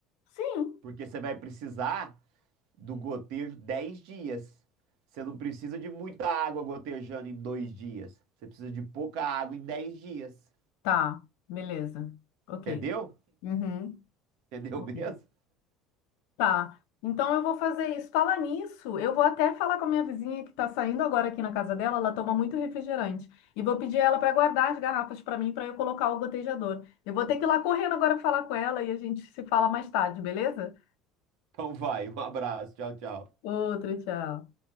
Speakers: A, on the left; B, on the right.
A: Sim.
B: porque você vai precisar do gotejo 10 dias. Você não precisa de muita água gotejando em dois dias. Você precisa de pouca água em 10 dias.
A: Tá, beleza. Ok.
B: Entendeu?
A: Uhum.
B: Entendeu
A: Ok.
B: mesmo?
A: Tá. Então eu vou fazer isso. Falar nisso, eu vou até falar com a minha vizinha que tá saindo agora aqui na casa dela, ela toma muito refrigerante. E vou pedir ela para guardar as garrafas para mim para eu colocar o gotejador. Eu vou ter que ir lá correndo agora falar com ela e a gente se fala mais tarde, beleza?
B: Então vai, um abraço, tchau, tchau.
A: Outro, tchau.